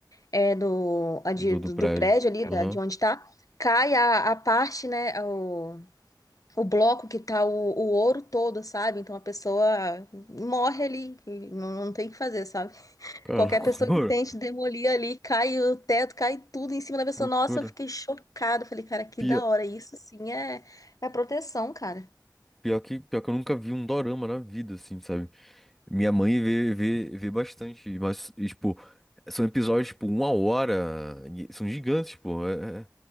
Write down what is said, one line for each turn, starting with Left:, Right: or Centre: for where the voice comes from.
Left: é, do, a de-
Centre: do,
Left: do,
Centre: do prédio.
Left: do prédio ali,
Centre: Aham.
Left: da, de onde tá, cai a, a parte, né, o, o bloco que tá o, o ouro todo, sabe? Então a pessoa morre ali, e não, não tem o que fazer, sabe?
Centre: Cara,
Left: Qualquer
Centre: <laughs> loucura.
Left: pessoa que tente demolir ali, cai o teto, cai tudo em cima da pessoa.
Centre: Loucura.
Left: Nossa, eu fiquei chocada. Falei, cara, que
Centre: Pior,
Left: da hora. Isso sim é, é proteção, cara.
Centre: pior que, pior que eu nunca vi um dorama na vida, assim, sabe? Minha mãe vê, vê, vê bastante, mas, e, tipo, são episódios, tipo, uma hora. e São gigantes, pô. É- é- é.